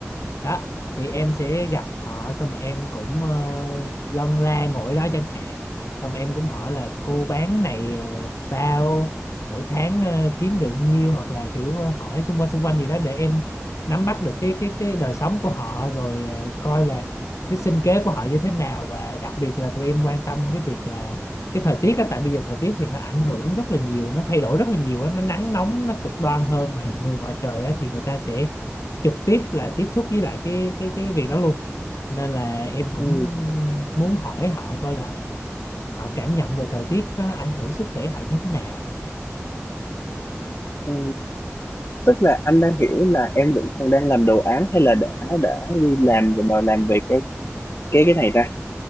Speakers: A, on the left; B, on the left.
A: đó thì em sẽ gặp họ xong rồi em cũng ờ, lân la ngồi đó chẳng hạn xong em cũng hỏi là cô bán này ờ, sao mỗi tháng ờ, kiếm được nhiêu hoặc là kiểu ờ, hỏi xung quanh xung quanh gì đó để em nắm bắt được cái cái cái đời sống của họ rồi ờ, coi là cái sinh kế của họ như thế nào và đặc biệt là tụi em quan tâm cái việc là cái thời tiết á tại bây giờ thời tiết thì nó ảnh hưởng rất là nhiều nó thay đổi rất là nhiều á nó nắng nóng nó cực đoan hơn mà người ngoài trời á thì người ta sẽ trực tiếp là tiếp xúc với lại cái cái cái việc đó luôn nên là em cũng
B: Ừ.
A: muốn hỏi họ coi là họ cảm nhận về thời tiết có ảnh hưởng sức khỏe họ như thế nào
B: Ừ. Tức là anh đang hiểu là em vẫn còn đang làm đồ án hay là đã đã đi làm rồi mà làm về cái cái cái này ta?